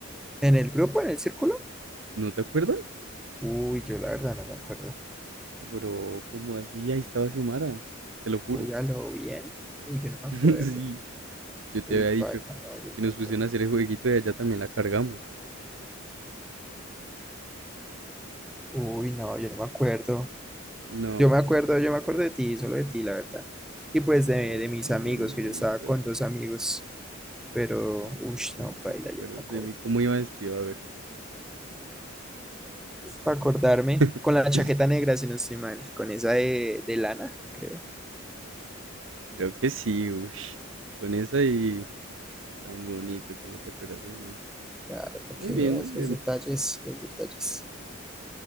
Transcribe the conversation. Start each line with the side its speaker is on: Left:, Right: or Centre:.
Centre: ¿En el grupo, en el círculo?
Right: ¿No te acuerdas?
Centre: Uy, yo la verdad no me acuerdo.
Right: Bro, ¿cómo así? Ahí estaba Xiomara. Te lo juro.
Centre: Uy, a lo bien. Uy, yo no me acuerdo.
Right: <laughs> Sí. Yo te
Centre: Uy,
Right: había dicho
Centre: paila, no, yo
Right: que
Centre: no
Right: nos
Centre: me acuerdo.
Right: pusieron a hacer el jueguito y allá también la cargamos.
Centre: Uy, no, yo no me acuerdo.
Right: No,
Centre: Yo me acuerdo, yo me acuerdo
Right: pero,
Centre: de ti, solo de ti, la verdad. Y pues de,
Right: ay,
Centre: de mis
Right: tan
Centre: amigos,
Right: bonito,
Centre: que yo estaba con dos amigos, pero,
Right: tan
Centre: uy,
Right: bonito,
Centre: no, paila,
Right: ¿te acuerdas
Centre: yo no me acuerdo.
Right: de mí? ¿Cómo iba vestido? A ver.
Centre: Para acordarme,
Right: <laughs>
Centre: con la chaqueta negra, si no estoy mal, con esa de, de lana, creo.
Right: Creo que sí, ush. Con esa y tan bonito, ¿cómo te acuerdas de mí?
Centre: Claro, para
Right: Muy
Centre: que
Right: bien,
Centre: veas
Right: muy bien.
Centre: los detalles, los detalles.